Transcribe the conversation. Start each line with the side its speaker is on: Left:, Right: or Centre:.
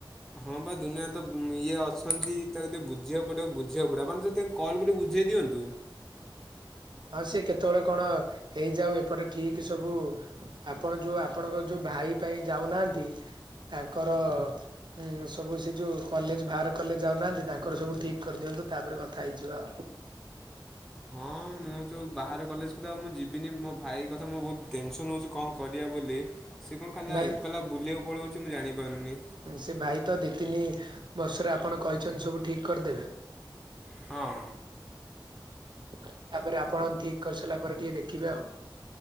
Centre: ହଁ ବା ଦୁନିଆ ତ ଇଏ ଅଛନ୍ତି ତାକୁ ଟିକେ ବୁଝିବାକୁ ପଡ଼ିବ ବୁଝିବାକୁ ପଡ଼ିବ ମାନେ ଯଦି କଲ୍ କରି ବୁଝେଇ ଦିଅନ୍ତୁ।
Right: ହଁ ସିଏ କେତେବେଳେ କଣ ହେଇଯାଉ ଏପଟେ ଠିକ ସବୁ ଆପଣ ଯୋଉ ଆପଣଙ୍କ ଯୋଉ ଭାଇ ପାଇଁ ଯାଉନାହାନ୍ତି ତାଙ୍କର ହୁଁ ସବୁ ସେ ଯୋଉ କଲେଜ ବାହାର କଲେଜ ଯାଉନାହାନ୍ତି ତାଙ୍କର ସବୁ ଠିକ କରିଦିଅନ୍ତୁ ତାପରେ କଥା ହେଇଯିବ ଆଉ।
Centre: ହଁ। ମୁଁ ଯୋଉ ବାହାରେ କଲେଜକୁ ଉ ମୁଁ ଯିବିନି ମୋ ଭାଇ କଥା ମୋ ବହୁତ ଟେନସନ୍ ହେଉଛି କଣ କରିବା ବୋଲି? ସେ କଣ ଖାଲି
Right: ନାଇଁ
Centre: ଆଉ ଏକଲା ବୁଲିବାକୁ ପଳଉଛି ମୁଁ ଜାଣିପାରୁନି?
Right: ସେ ଭାଇ ତ ଦି ତିନି ବର୍ଷରେ ଆପଣ କହିଛନ୍ତି ସବୁ ଠିକ କରିଦେବେ।
Centre: ହଁ।
Right: ତାପରେ ଆପଣ ଠିକ କରିସାରିଲା ପରେ ଟିକେ ଦେଖିବେ ଆଉ।